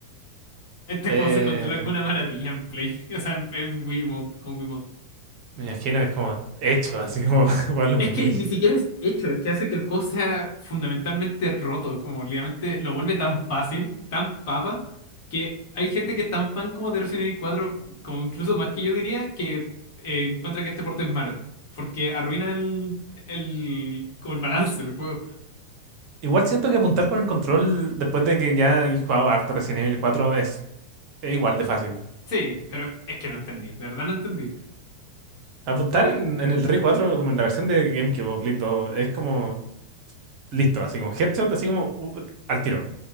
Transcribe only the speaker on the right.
Eh,
me imagino que es como hecho, así como <laughs> jugarlo
en
Wii.
Igual siento que apuntar con el control, después de que ya he jugado harto Resident Evil 4 es, es igual de fácil.
Apuntar
en, en el Re 4 como en la versión de GameCube o Play dos es como listo, así como headshot, así como uh, al tiro.